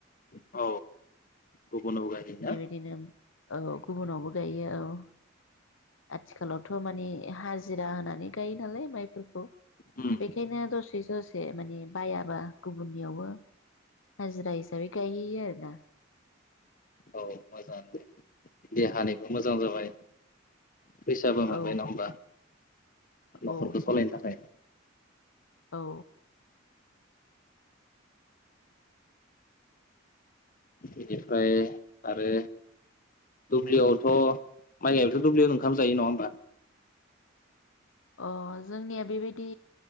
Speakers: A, on the left; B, on the left.
A: औ गुबुनाव गायहैना
B: बेबायदिनो औ गुबुनावबो गायो औ आथिखालावथ' माने हाजिरा होनानै गायो नालाय माइफोरखौ
A: उम
B: बेखायनो दसे दसे माने बायाबा गुबुननियावबो हाजिरा हिसाबै गायहैयो आरो ना
A: औ मोजाङानो दे देहानिबो मोजां जाबाय फैसाबो मोनबाय
B: औ
A: नङा होमबा
B: औ
A: न'खरखौ सालायनो थाखाय
B: औ
A: बेनिफ्राय आरो दुब्लिआवथ' माइ गाबथ' दुब्लिआवनो ओंखाम जायो नङा होमबा
B: अ जोंनिया बेबायदि